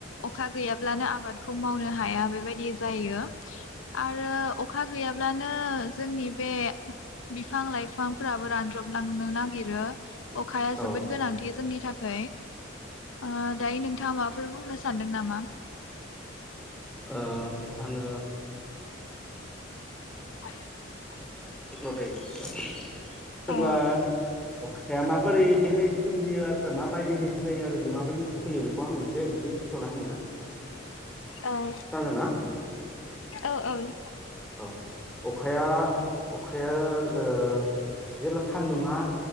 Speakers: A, on the left (about 85°); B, in the centre.
A: अखा गैयाब्लानो आबादखौ मावनो हाया बेबायदि यो आरो अखा गैयाब्लानो जोंनि बे बे बिफां लाइफांफोराबो रानज्रबलांनो नागिर नागिरो अखाया
B: औ
A: जोबोद गोनांथि जोंनि थाखाय ओ दायो नोंथाङा माबाफोर बुं सानदों नामा
B: ओ आङो
A: <unintelligible>
B: <inaudible> रदै बुं
A: औ
B: <inaudible> ब्ला अखा अखाया माबोरैहाय सोमजियो आरो माबायदि जायो आरो बे माबायदि फैयो बेखौ आं एसे बेखेवथिना होनो
A: औ
B: खोनादोंना
A: औ औ
B: अखाया अखाया ओ जेब्ला सान्दुंङा